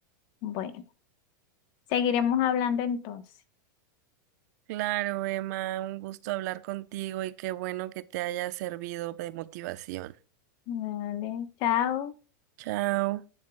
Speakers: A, on the left (about 50°); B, on the right (about 60°).
A: Bueno, seguiremos hablando entonces.
B: Claro, Emma, un gusto hablar contigo y qué bueno que te haya servido de motivación.
A: Vale, chao.
B: Chao.